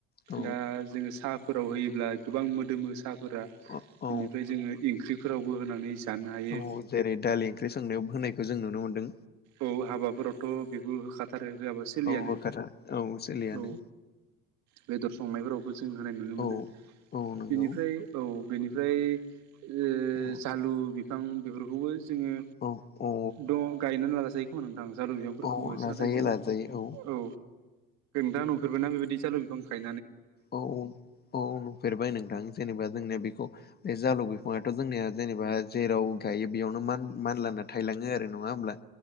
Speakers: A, on the left; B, on the right.
A: औ
B: दा जों साह फोराव होयोब्ला गोबां मोदोमो साहफोरा
A: औ औ
B: बेनिफ्राय जोङो ओंख्रिफोरावबो होनानै जानो हायो
A: औ जेरै दालि ओंख्रि संनायाव होनायखौ जों नुनो मोन्दों
B: औ हाबाफोरावथ' बेखौ होखाथारो होआबा सोलियानो
A: औ होखाथार औ सोलियानो
B: औ बेदर संनायफोरावबो जों होनाय नुनो मोनो
A: औ औ नंगौ
B: बेनिफ्राय औ बेनिफ्राय ओ
A: औ
B: जालु बिफां बेफोरखौबो जोङो
A: औ औ
B: दङ गायनानै जायो खोमा नोंथां जालु बिफांफोरखौबो
A: औ लाजायो
B: नाथाय जों
A: लाजायो
B: औ दा नुफेरबायोना बेबायदि जालु बिफां गाय
A: औ औ नुफेरबाय नोंथां जेनेबा जोंनि बेखौ बे जालु बिफाङाथ' जोंनिया जेनेबा जेराव गायो बेयावनो मान मानलाना थायो बेनो नङा होमब्ला